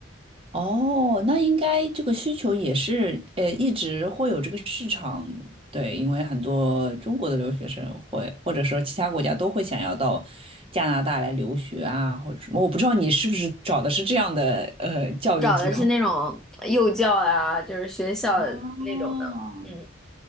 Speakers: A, on the right; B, in the centre.
A: 哦，那应该这个需求也是，呃，一直会有这个市场，对，因为很多中国的留学生会，或者说其他国家都会想要到加拿大来留学啊，或者什么，我不知道你是不是找的是这样的呃教育机构。
B: 找的是那种幼教啊，就是学校那种的，
A: 哦，
B: 嗯，